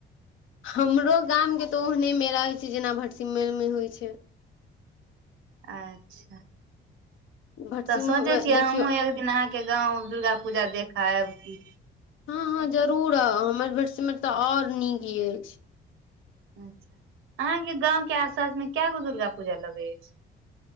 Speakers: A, on the left (about 80°); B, on the right (about 80°).
A: हमरो गाम के तऽ ओहने मेला होइ छै जेना भटसिमर मे होइ छै
B: अच्छा
A: भटसिमरमे
B: तऽ सोचै छियै
A: देखियौ
B: हमहूँ एक दिन अहाँके गाँव दुर्गा पूजा देख कर आबिती
A: हँ हँ जरूर आउ हमर भटसिमैर तऽ और नीक अछि
B: अच्छा अहाँके गाँंव के आसपास मे के गो दुर्गा पूजा लगै अछि